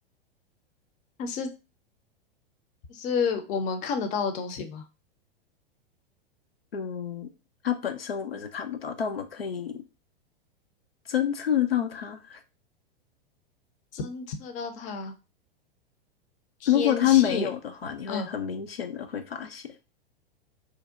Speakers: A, on the left; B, on the left.
A: 它是它是我们看得到的东西吗？
B: 嗯，它本身我们是看不到，但我们可以侦测到它。
A: 侦测到它。天气，
B: 如果它没有的话，你会很明显的会发现，
A: 嗯，